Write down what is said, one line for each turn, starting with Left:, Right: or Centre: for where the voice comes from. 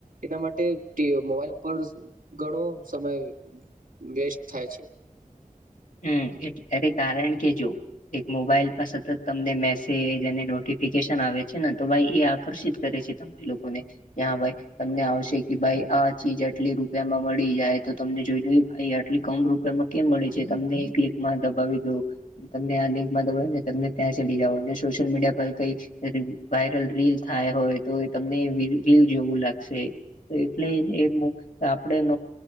Right: એના માટે મોબાઈલ ઉપર ઘણો સમય વેસ્ટ થાય છે.
Left: હમટ એને કારણ કે જો એક મોબાઈલ પર સતત તમને મેસેજ અને નોટિફિકેશન આવે છે ને તો ભાઈ એ આકર્ષિત કરે છે. લોકોને કે હા ભાઈ તમને આવશે કે ભાઈ આ ચીજ આટલી રૂપિયામાં મળી જાય તો તમને જોઈ દ ભાઈ આટલી કમ ર એમાં કેમ મળે છે તમને ક્લિકમાં દબાવી દઉ. તમને આ લિંક માં દબો ને તમને ત્યાં ચલી જઓ ને સોશિયલ મીડિયા પર કઈક વાયરલ રીલ થાય હોય તો તમને રીલ જોવું લાગશે. તો એટલે આપણે ન